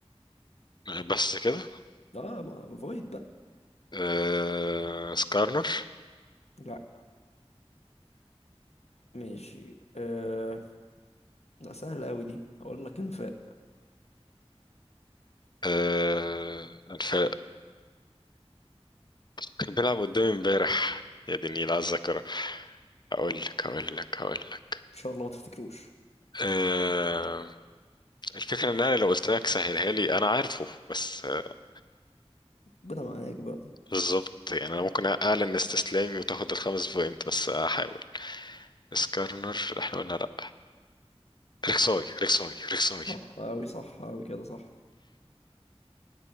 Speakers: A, on the left; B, on the left.
A: بس كده
B: اه ما فويد بقى
A: آه... سكارنر
B: لا ماشي آه لا سهلة قوي دي هقول لك انفاق
A: آه، الف... كان بيلعب قدامي امبارح يا دي النيل على الذاكرة هقول لك هقول لك هقول لك
B: ان شاء الله ما تفتكروش
A: أه... الفكرة ان انا لو قلت لك سهلها لي انا عارفه بس آه،
B: ربنا معاك بقى
A: بالظبط يعني انا ممكن اعلن استسلامي وتاخد الخمس بوينت بس هحاول سكارنر احنا قلنا لا ريكساي ريكساي ريكساي
B: صح قوي صح قوي كده صح